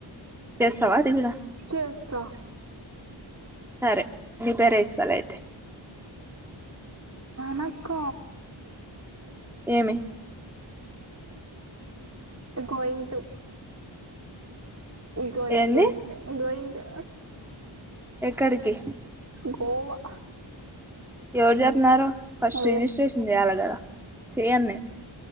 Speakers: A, in the centre; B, on the right (about 35°).
A: చేస్తావా తిగ కూడా
B: చెస్థా
A: సరే నీ పేరే ఇస్తాలే అయితే
B: నక్క
A: ఏమి
B: గోయింగ్ టూ గోయింగ్
A: ఏంది
B: గోయింగ్ గోయింగ్ థాయా
A: ఎక్కడికి
B: గోవా
A: ఎవరు చెప్పినారో ఫస్ట్
B: అవే
A: రిజిస్ట్రేషన్ చేయ్యాలి కదా చేయను నేను